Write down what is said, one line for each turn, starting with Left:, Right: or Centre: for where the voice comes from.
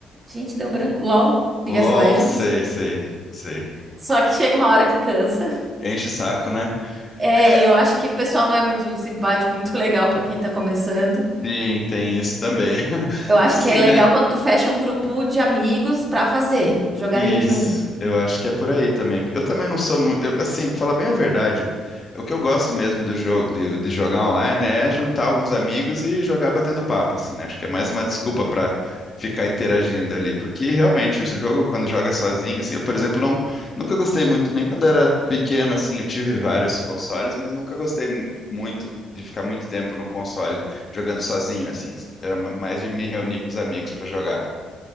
Right: gente, deu branco. LOL, League
Left: LOL,
Right: of Legends.
Left: sei, sei, sei.
Right: Só que chega uma hora que cansa.
Left: Enche o saco, né?
Right: É,
Left: É,
Right: e eu acho que o pessoal não é muito simpático, muito legal pra quem tá começando.
Left: sim, tem isso também. <laughs>
Right: Eu acho
Left: Tem sim,
Right: que é legal
Left: né?
Right: quando tu fecha um grupo de amigos pra fazer, jogarem
Left: Isso,
Right: junto.
Left: eu acho que é por aí também. Eu também não sou muito. assim, pra falar bem a verdade, o que eu gosto mesmo do jogo, de, de jogar online, é juntar alguns amigos e jogar batendo papo, assim, né? Acho que é mais uma desculpa pra ficar interagindo ali. Porque realmente, esse jogo, quando joga sozinho, assim, eu, por exemplo, não, nunca gostei muito, nem quando era pequeno, assim, eu tive vários consoles, mas nunca gostei mu- muito de ficar muito tempo no console jogando sozinho, assim. Era mais de me reunir com os amigos pra jogar.